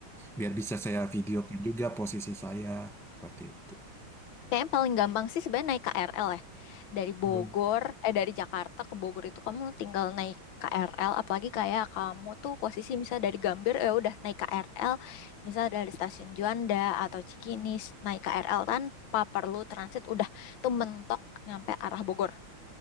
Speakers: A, in the centre; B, on the left.
A: biar bisa saya videokan juga posisi saya seperti itu
B: Kayaknya paling gampang sih sebenarnya naik KRL ya. Dari
A: Hmm,
B: Bogor, eh dari Jakarta ke Bogor itu kamu tinggal naik KRL. Apalagi kayak kamu tuh posisi misal dari Gambir, ya udah naik KRL. Misal dari stasiun Juanda atau Cikinis, naik KRL tanpa perlu transit, udah tuh mentok nyampe arah Bogor.